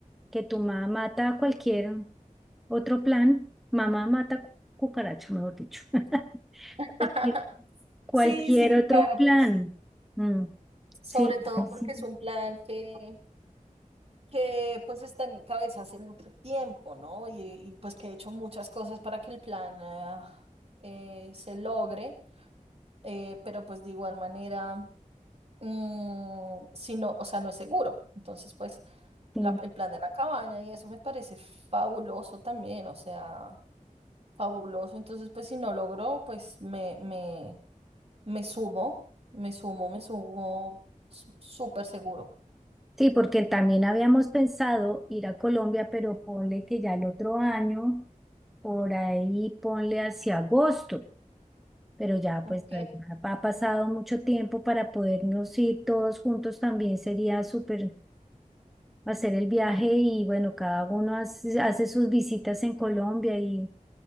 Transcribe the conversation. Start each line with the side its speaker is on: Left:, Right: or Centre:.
Centre: que tu mamá mata cualquier otro plan. Mamá mata cu- cucaracho, mejor dicho. <laughs>
Right: <laughs>
Centre: Cualquier, cualquier
Right: Sí, sí,
Centre: otro
Right: claro,
Centre: plan.
Right: pues
Centre: Mm,
Right: sobre
Centre: Sí,
Right: todo
Centre: ay, sí,
Right: porque es un plan que, que pues está en mi cabeza hace mucho tiempo, ¿no? Y, y, pues que he hecho muchas cosas para que el plan ah, eh, se logre, eh, pero pues de igual manera, mm, si no, o sea, no es seguro. Entonces, pues
Centre: sí.
Right: la- el plan de la cabaña y eso me parece fabuloso también, o sea... Fabuloso. Entonces, pues si no logro, pues me, me, me sumo, me sumo, me sumo s- súper seguro.
Centre: Sí, porque también habíamos pensado ir a Colombia, pero ponle que ya el otro año, por ahí ponle hacia agosto. Pero ya,
Right: Ok.
Centre: pues ta- ya ha pasado mucho tiempo para podernos ir todos juntos también sería súper hacer el viaje y bueno, cada uno hace, hace sus visitas en Colombia y,